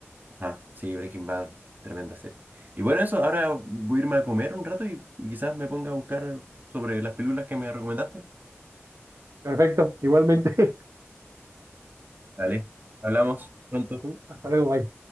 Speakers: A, on the right; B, on the right.
A: Ah, sí, Breaking Bad, tremenda serie. Y bueno, eso, ahora voy a irme a comer un rato y, y quizás me ponga a buscar sobre las películas que me recomendaste.
B: Perfecto, igualmente.
A: Dale, hablamos pronto.
B: <laughs> Hasta luego, bye.